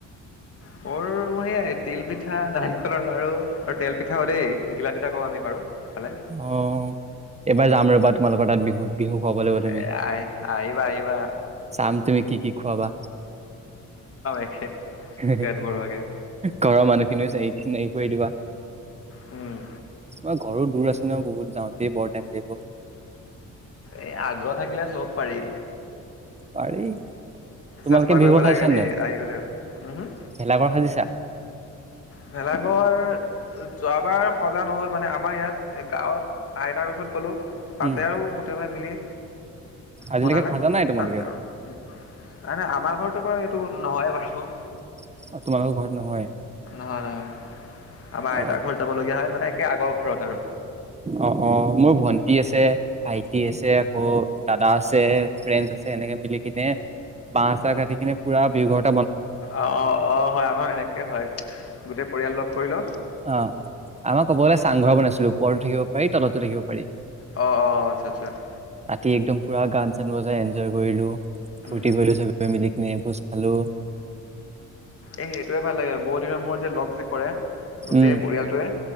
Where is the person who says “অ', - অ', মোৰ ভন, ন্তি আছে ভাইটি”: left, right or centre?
Right